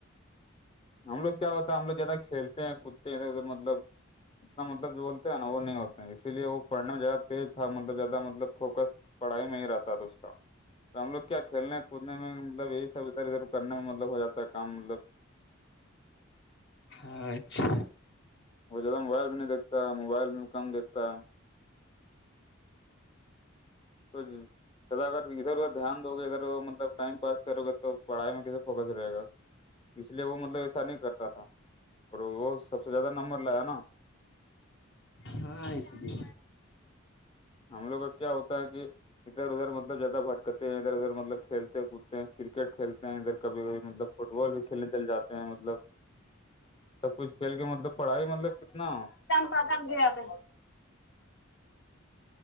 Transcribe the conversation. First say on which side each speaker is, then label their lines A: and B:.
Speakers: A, on the left (about 30°); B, on the left (about 60°).
A: ہم لوگ کیا ہوتا ہے ہم لوگ زیادہ کھیلتے ہیں کودتے ہیں ادھر مطلب اتنا مطلب جو بولتے ہیں نا وہ نہیں ہوتے ہیں اسیے وہ پڑھنے میں زیادہ تیز تھا مطلب زیادہ مطلب فوکس پڑھائی میں ہی رہتا تھا اس کا ہم لوگ کیا کھیلنے کودنے میں مطلب یہی سب ادھر ادھر کرنے میں مطلب ہو جاتا ہے کام مطلب
B: اچھا
A: وہ زیادہ موبائل بھی نہیں دیکتا موبائل بھی کم دیکھتا ہے تو جدا کر ادھر ادھر دھیان دو گے ادھر مطلب ٹائم پاس کرو گے تو پڑھائی میں کیسے فوکس رہے گا اس لیے وہ مطلب ایسا نہیں کرتا تھا اور وہ سب سے زیادہ نمبر لایا نا
B: ہاں ایسے بھی
A: ہم لوگ کا کیا ہوتا ہے کہ ادھر ادھر مطلب زیادہ بات کرتے ہیں ادھر ادھر مطلب کھیلتے کودتے ہیں کرکٹ کھیلتے ہیں ادھر کبھی کبھی مطلب فٹ بال بھی کھیلنے چلے جاتے ہیں مطلب سب کچھ کھیل کے مطب مطلب پڑھائی مطلب کتنا
B: کا جان گے دے